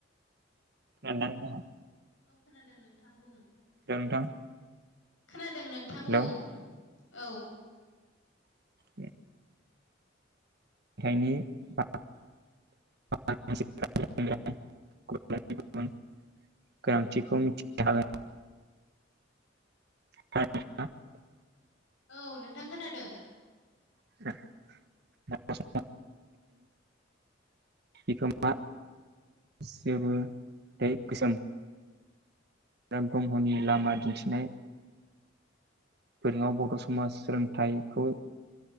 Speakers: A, on the right; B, on the left.
A: ए <unintelligible>
B: औ खोनादों नोंथां बुं
A: नोंथां
B: खोनादों नोंथां
A: हेलौ।
B: बुं औ
A: बे <unintelligible> गुबुन गुबुन गोनांथिखौ मिथिनो हागोन ह <unintelligible>
B: औ नोंथां खोनादों
A: <unintelligible> बिखोमा जेबो दै गोसोम रुपनाथ ब्रह्मनि लामा दिन्थिनाय बेयाव बर' समाज सोलोंथाइखौ